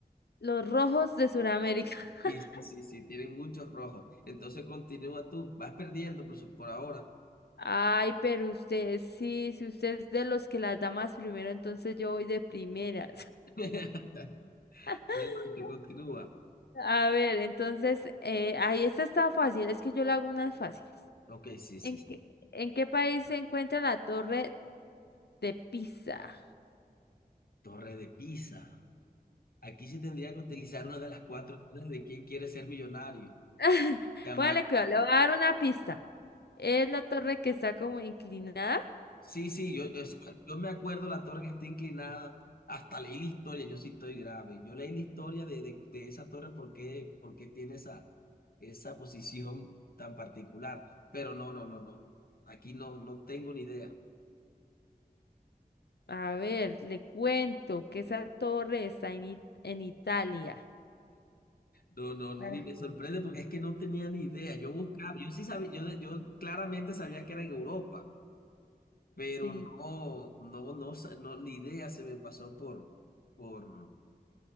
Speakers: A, on the left; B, on the left.
A: los rojos de Sudamérica.
B: sí,
A: <laughs>
B: sí, sí, sí, tienen muchos rojos. Entonces continúa tú, vas perdiendo por, su- por ahora.
A: Ay, pero usted, sí, si usted es de los que las da más primero, entonces yo voy de primeras.
B: <laughs>
A: <laughs>
B: Adelante, continúa.
A: A ver, entonces, eh, ahí esta está fácil, es que yo le hago unas fáciles.
B: Ok, sí, sí.
A: ¿En
B: sí.
A: qué, en qué país se encuentra la Torre de Pisa?
B: Torre de Pisa. Aquí se tendría que utilizar una de las cuatro reglas de quién quiere ser millonario.
A: <laughs>
B: Llamar.
A: Póngale cuidado, le voy a dar una pista. Es la torre que está como inclinada.
B: Sí, sí, yo, o sea, yo me acuerdo la torre que está inclinada, hasta leí la historia, yo sí estoy grave. Yo leí la historia de, de, de esa torre porque, porque tiene esa, esa posición tan particular. Pero no, no, no, no. Aquí no, no tengo ni idea.
A: A ver, le cuento que esa torre está en, It- en Italia.
B: No, no, ni
A: Para-
B: me sorprende porque es que no tenía ni idea. Yo buscaba, yo sí sabía, yo, yo claramente sabía que era en Europa, pero
A: Sí,
B: no, no, no, sa- no, ni idea se me pasó por, por,